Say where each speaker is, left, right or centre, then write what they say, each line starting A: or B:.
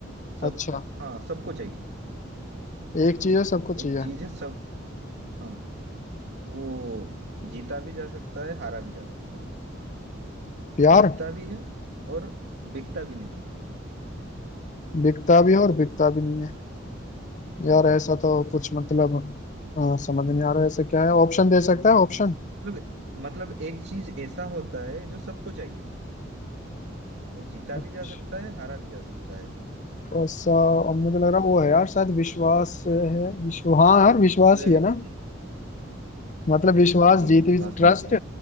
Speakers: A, on the right; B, on the left.
A: सब
B: अच्छा
A: हाँ सबको चाहिए
B: एक
A: ठीक
B: चीज है
A: है
B: सबको चाहिए
A: एक चीज है सब हाँ वो जीता भी जा सकता है हारा भी जा सकता है
B: प्यार
A: बिकता भी है और बिकता भी नहीं है
B: बिकता
A: क्या है
B: भी है
A: ये
B: और बिकता भी नहीं है यार
A: हाँ
B: ऐसा तो कुछ मतलब अ, समझ नहीं आ रहा है ऐसा क्या है ऑप्शन दे सकता
A: म-
B: है ऑप्शन
A: मतलब मतलब एक चीज ऐसा होता है जो सबको चाहिए वो जीता
B: अच्छा
A: भी जा सकता है हारा भी जा सकता है
B: ऐसा अब मुझे लग रहा है वो है यार शायद विश्वास है विश्व हाँ यार विश्वास
A: अरे
B: ही है
A: नहीं,
B: ना मतलब
A: हाँ
B: विश्वास
A: नहीं
B: जीत
A: विश्वास
B: भी ट्रस्ट
A: नहीं है